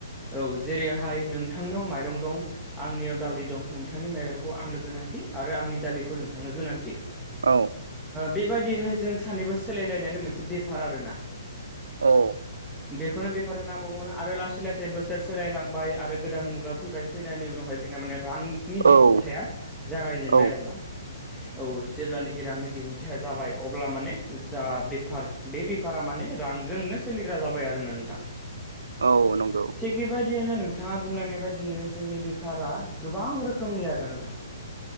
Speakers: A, in the centre; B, on the right (about 70°).
A: औ जेरैहाय नोंथांनियाव माइरं दं आंनियाव दालि दं नों नोंथांनि माइरंखौ आंनो गोनांथि आरो आंनि दालिखौ नोंथांनो गोनांथि
B: औ
A: बेबायदिहाय जों सानैबो सोलायलायनायानो मोनसे बेफार आरो ना।
B: औ
A: बेखौनो बेफार होनना बुङोना। आरो लासै लासै बोसोर सोलायलांबाय आरो गोदान मुगा फैबाय फैनायनि उनावहाय जोंना माने रां नि
B: औ
A: दिहुनथाइ जागायजेनबाय
B: औ
A: आरो ना। औ जेब्लानाखि रांनि दिहुनथाइया जाबाय अब्ला माने जा बेफार बे बेफारा माने रांजोंनो सोलिग्रा जाबाय आरोना नोंथां।
B: औ नंगौ।
A: थिग बेबायदियनो नोंथाङा बुंलांनाय बायदियै जोंनि बेफारा गोबां रोखोमनि आर ना नोंथां।